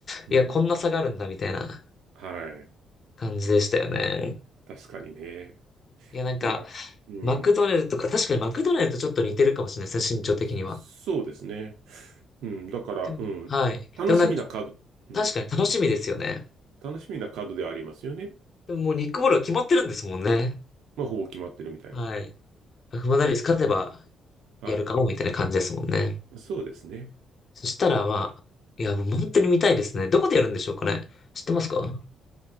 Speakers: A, on the right (about 85°); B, on the left (about 40°).
A: うん。
B: いや、こんな差があるんだみたいな
A: はい。
B: 感じでしたよね。
A: 確かにね。
B: いや、なんか、
A: いや、うん。
B: マクドネルとか、確かにマクドネルとちょっと似てるかもしれないですね、身長的には。
A: そ、そうですね。うん。だから、
B: でもはい。
A: うん。楽しみなカード、
B: でもなんか、
A: うん。
B: 確かに楽しみですよね。
A: 楽しみなカードではありますよね。
B: でももうニックボールは決まってるんですもんね。
A: まあ、ほぼ決まってるみたいなんで。
B: はい。アマダビス勝てば
A: はい。
B: やるかもみたいな感じですもんね。
A: そうですね。
B: そしたらまあ、いや、もう本当に見たいですね。どこでやるんでしょうかね。知ってますか